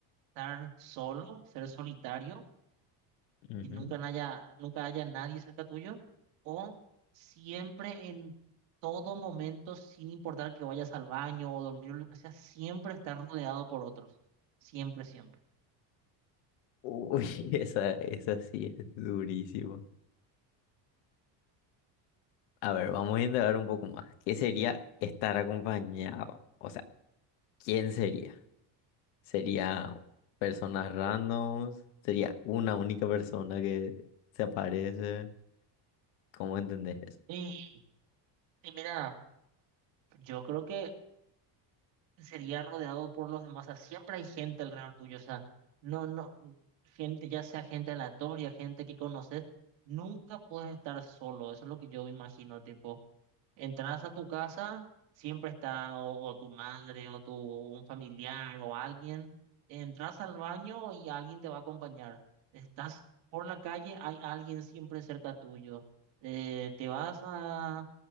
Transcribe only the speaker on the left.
Ujú.
Uy, <laughs> esa, esa sí es durísima. A ver, vamos a indagar un poco más. ¿Qué sería estar acompañado? O sea, ¿quién sería? ¿Sería personas randoms? ¿Sería una única persona que se aparece? ¿Cómo entendés eso?